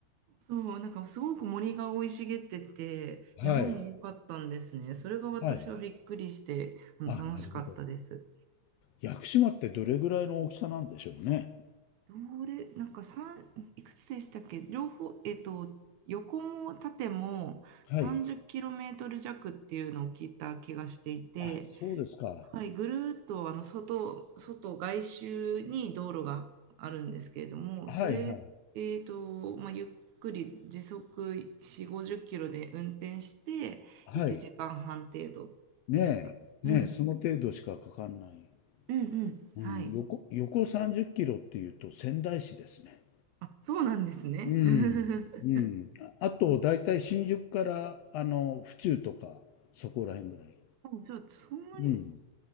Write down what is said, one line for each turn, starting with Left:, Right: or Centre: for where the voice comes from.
Right: そう、なんかすごく森が生い茂ってて、
Left: はい。
Right: 山も多かったんですね。それが私はびっくりして、
Left: はい。
Right: あの楽しかったです。
Left: あ、なるほど。屋久島ってどれぐらいの大きさなんでしょうね。
Right: どれ、なんか三いくつでしたっけ両方、えっと、横も縦も30キロメートル弱っていうのを聞いた気がしていて、
Left: はい。あ、そうですか。
Right: はい、ぐるーっとあの外、外外周に道路があるんですけれども、
Left: はいはい。
Right: それ、えーと、まあ、ゆっくり時速4、50キロで運転して1時間半程度でした。
Left: はい。ねえ、
Right: うん、
Left: ねえ、その程度しかかかんない。
Right: うんうん、
Left: うん、
Right: はい。
Left: 横、横30キロっていうと仙台市ですね。
Right: あ、そうなんですね。
Left: うん、
Right: <laughs>
Left: うん。ああと、だいたい新宿から、あの、府中とか、そこら辺ぐらい。
Right: おじゃあ、そんなに
Left: うん。